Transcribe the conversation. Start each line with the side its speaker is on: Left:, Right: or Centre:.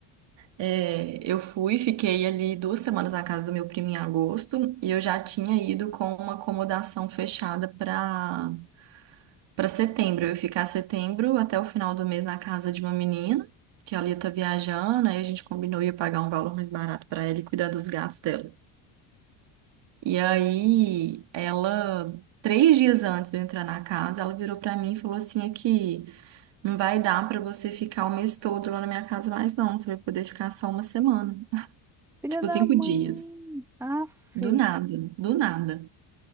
Right: É, eu fui, fiquei ali duas semanas na casa do meu primo em agosto e eu já tinha ido com uma acomodação fechada para para setembro. Eu ia ficar setembro até o final do mês na casa de uma menina que ela ia estar viajando, aí a gente combinou ia pagar um valor mais barato para ela e cuidar dos gatos dela. E aí ela Três dias antes de eu entrar na casa, ela virou para mim e falou assim: aqui, não vai dar para você ficar o mês todo lá na minha casa mais, não. Você vai poder ficar só uma semana,
Centre: Filha
Right: tipo
Centre: da
Right: cinco
Centre: mãe.
Right: dias.
Centre: Aff.
Right: Do nada, do nada.